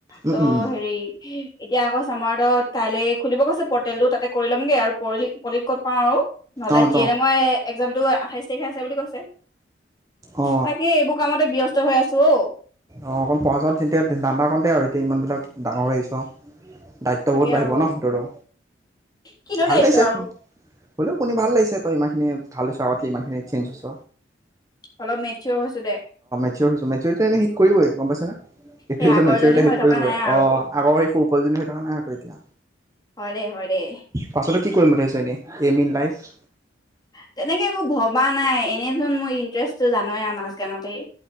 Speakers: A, on the right; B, on the left.
A: উম
B: ত'
A: উম উম
B: হেৰি। এতিয়া আকৌ চামাৰডত কাইলৈ খুলিব কৈছে। পৰ্টেলটো তাতে কৰি ল'মগে আৰু পল পলিত ক'ত পাওঁ আৰু। নহলে
A: অ
B: জিয়ে
A: ত
B: নেমই একজাম টো। আঠাইছ তাৰিখে আছে বুলি কৈছে।
A: অ
B: তাকে এইবোৰ কামতে ব্যস্ত হৈ আছো অ।
A: অঁ অকণ পঢ়া চাত তেয়া ধান্দা কণতেই আৰু এতিয়া ইমানবিলাক ডাঙৰ হৈ আহিছ। দায়িত্ব
B: তাকে
A: বহুত বাঢ়িব
B: আৰু
A: ন, তহতো
B: কিনো
A: ভাল
B: দায়িত্ব
A: লাগিছে।
B: আৰু
A: হ'লেও কোনে ভাল লাগিছে তই ইমানখিনি ভাল হৈছ আগতে ইমানখিনি চেঞ্জছ হৈছ।
B: অলপ মেচিয়ৰ হৈছো দে।
A: চিয়ৰ হৈছোঁ মেচিয়ৰ টো এনেই সি । কৰিবই গম পাইছনে নাই? এইটোৱে
B: সেই আগৰজনী
A: চোন মেচিয়ৰতে
B: হৈ
A: থেদ
B: থকা
A: কৰিবই
B: নাই আৰু
A: অ আগৰ সেই সৰু পোৱালি জনী হৈ থকা নাই ত এতিয়া,
B: হয় দেই হয় দেই
A: পাছলৈ । কি কৰিম পঠাইছা এনেই, এইম ইন লাইফ।
B: তেনেকে একো ভবা নাই এনে চোন মোৰ ইন্টাৰেষ্টটো জানোৱেই আৰু নাচ গানতেই।